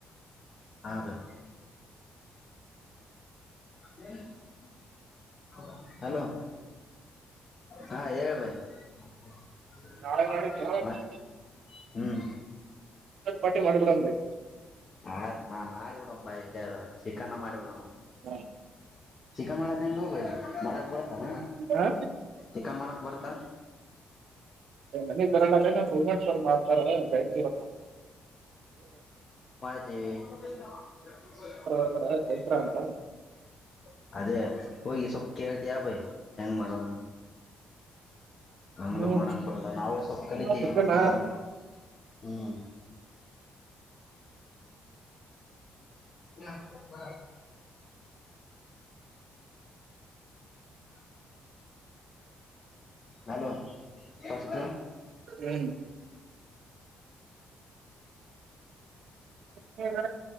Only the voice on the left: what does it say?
ಹಾ ಬನ್. ಹ <unintelligible> ಹಲೋ ಹಾ ಹೇಳ್ಬಾಯ <inaudible> <unintelligible>
ಹ್ಮ್
ಆ ಮಾಡಿಬಡ. <unintelligible> <unintelligible> <unintelligible>
ಚಿಕನ್ ಮಾಡದೆ ಹೆಂಗೋ ಬೈ ಮಾಡಕ್ ಬರುತ್ತಾ.
ಚಿಕನ್ ಮಾಡಕ್ ಬರ್ತ.
ದವಿ <unintelligible>
<unintelligible>
ಅದೇ ಹೋಗಿ ಸ್ವಲ್ಪ ಕೇಳ್ತಯ ಭೈ ಹೆಂಗ್ ಮಾಡೋ ನಮ್ಗೂ
ಮಾಡಕ್ ಬರಲ್ಲ ನಾವವು ಸ್ವಲ್ಪ ಕಲಿತೀವಿ
ಚಿಕನ್ ಹ್ಮ್. <unintelligible> ಹ <unintelligible> ಹಲೋ ಪ್ರಷ್ಟ.